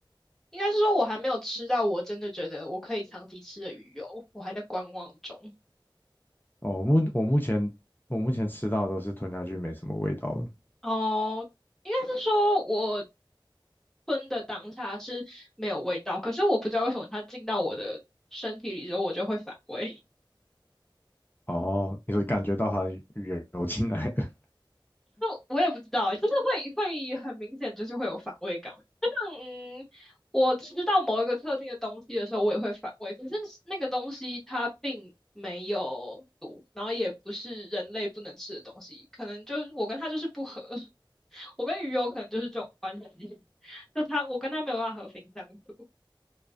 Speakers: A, in the centre; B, on the left.
A: 应该是说我还没有吃到我真的觉得我可以长期吃的鱼油，我还在观望中。
B: 哦，我目我目前我目前吃到的都是吞下去没什么味道的，
A: 哦，应该是说我吞的当下是没有味道，可是我不知道为什么它进到我的身体里之后，我就会反胃。
B: 哦，你会感觉到它的语言流进来了 <laughs>
A: <laughs> 就我也不知道欸就是会会很明显，就是会有反胃感。嗯，我吃到某一个特定的东西的时候，我也会反胃，可是那个东西它并没有毒，然后也不是人类不能吃的东西，可能就是我跟它就是不合，<laughs> 我跟鱼有可能就是这种关系，<laughs> 就它我跟它没有办法和平相处。